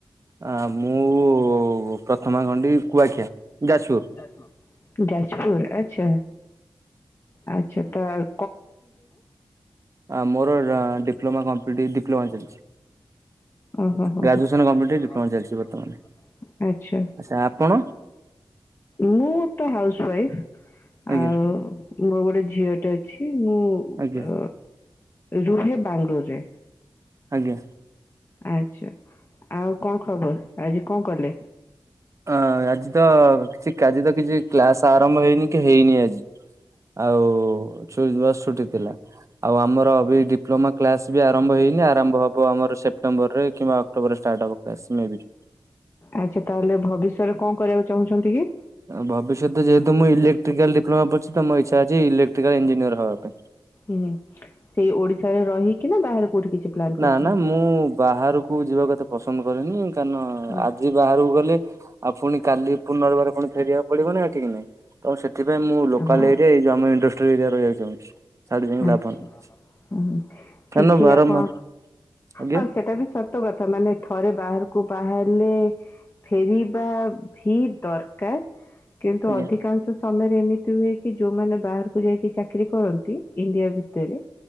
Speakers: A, on the right; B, on the left.
A: ଆ ମୁଁ ପ୍ରଥମା ଖଣ୍ଡି କୁଆଖିଆ ଯାଜପୁର।
B: <unintelligible> ଯାଜପୁର ଆଚ୍ଛା ଆଛା ତ ଆଉ
A: ଆ ମୋର ଡିପ୍ଲୋମା କମ୍ପ୍ଲିଟ ଡିପ୍ଲୋମା ଚାଲିଛି।
B: ଓହୋ ହୋ
A: ଗ୍ରାଜୁଏସନ
B: ହୋ
A: କମ୍ପ୍ଲିଟ୍ ହେଇ ଡିପ୍ଲୋମା ଚାଲିଛି।
B: ଆଚ୍ଛା।
A: ବର୍ତ୍ତମାନ। ଆଚ୍ଛା ଆପଣ
B: ମୁଁ ତ ହାଉଶ୍ ୱାଇଫ୍
A: ଆଜ୍ଞା
B: ଆଉ ମୋର ଗୋଟେ ଝିଅ ଟେ ଅଛି ମୁଁ
A: ଆଜ୍ଞା
B: ଅ ରୁହେ ବାଙ୍ଗଲୋର ରେ।
A: ଆଜ୍ଞା।
B: ଆଛା, ଆଉ କଣ ଖବର ଆଜି କଣ କଲେ?
A: ଅଁ ଆଜି ତ କି ଆଜି ତ କିଛି କ୍ଲାସ ଆରମ୍ଭ ହେଇନି କି ହେଇନି ଆଜି। ଆଉ ଛ ବସ୍ ଛୁଟି ଥିଲା ଆଉ ଆମର ବି ଡିପ୍ଲୋମା କ୍ଲାସ ବି ଆରମ୍ଭ ହୋଇଇନି ଆରମ୍ଭ ହେବ ଆମର ସେପ୍ଟେମ୍ବର ରେ କିମ୍ବା ଅକ୍ଟୋବର ରେ ଷ୍ଟାର୍ଟ ହେବ କ୍ଲାସ୍ ମେ ବି।
B: ଆଚ୍ଛା, ତା ହେଲେ ଭବିଷ୍ୟରେ କଣ କରିବାକୁ ଚାହୁଁଛନ୍ତି କି?
A: ଭବିଷ୍ୟତ ଯେହେତୁ ମୁଁ ଇକ୍ଟ୍ରିକାଲ ଡିପ୍ଲୋମା ପଡ଼ିଛି ତ ମୋର ଇଛା ଅଛି ଇଲେକ୍ଟ୍ରାଲ ଇଞ୍ନିନିୟର ହେବା ପାଇଁ।
B: ହୁଁ, ସେଇ ଓଡିଶାରେ ରହିକିନା ବାହାରେ କୋଉଠି କିଛି ପ୍ଲାନ୍
A: ନା
B: କରୁଛନ୍ତି।
A: ନା ମୁଁ ବାହାରକୁ ଯିବା କଥା ପସନ୍ଦ କରେନି କାରଣ
B: ହୁଁ
A: ଆଜି ବାହାରକୁ ଗଲେ ଆଉ ଫୁଣି କାଲି ପୁନର୍ବାର ଫୁଣି ଫେରିବାକୁ ପଡିବ ନା ଏଠିକି ନାଇଁ ତ ସେଠି ସେଥିପାଇଁ ମୁଁ ଲୋକାଲ୍
B: ହଁ।
A: ଏରିଆ ଏଇ ଜମି ଆମ ଇଣ୍ଡଷ୍ଟ୍ରି ଏରିଆ ରହିବାକୁ ଚାହୁଁଛି। ସାଡେ ଯାଇକି
B: ଆଚ୍ଛା
A: ଲାଭ ନାହିଁ।
B: ହୁଁ
A: କାରଣ
B: କିଛି
A: ବାରମ୍ବାର
B: ଆପଣ
A: ଆଜ୍ଞା
B: ହଁ ସେଟା ବି ସତ୍ କଥା ମାନେ ଥରେ ବାହାରକୁ ବାହାରିଲେ ଫେରିବା ଭି ଦରକାର କିନ୍ତୁ
A: ଆଜ୍ଞା
B: ଅଧିକାଂଶ ସମୟ ଏମିତି ହୁଏ କି ଯୋଉମାନେ ବାହାରକୁ ଯାଇକି ଚାକିରି କରନ୍ତି ଇଣ୍ଡିଆ ଭିତରେ।